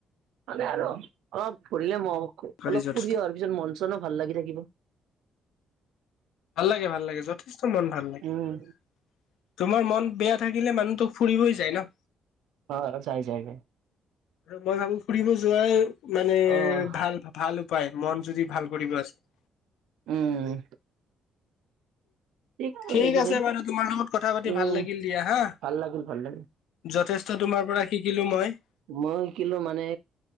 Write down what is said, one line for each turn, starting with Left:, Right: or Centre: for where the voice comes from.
Right: মানে আৰু অলপ ফুৰিলে ম অলপ
Left: দৰকাৰী যথেষ্ট
Right: ফুৰি অহাৰ পিছত মন চ নো ভাল লাগি থাকিব
Left: ভাল লাগে, ভাল লাগে, যথেষ্ট মন ভাল
Right: উম
Left: লাগে। <unintelligible> তোমাৰ মন বেয়া থাকিলে মানুহটো ফুৰিবই যায় ন। <unintelligible>
Right: হয়-হয়। যায়-যায় <unintelligible>
Left: আৰু মই ভাবো ফুৰিব যোৱাই মানে
Right: অহ
Left: ভাল-ভাল উপায় মন যদি ভাল কৰিব আছে। <inaudible>
Right: উম! <inaudible> আৰু
Left: ঠিক
Right: এইদৰে
Left: আছে বাৰু তোমাৰ লগত কথা পাতি
Right: উম
Left: ভাল লাগিল দিয়া হা। <unintelligible>
Right: ভাল লাগিল ভাল লাগিল।
Left: যথেষ্ট তোমাৰ পৰা শিকিলোঁ মই। <inaudible>
Right: মইও শিকিলোঁ মানে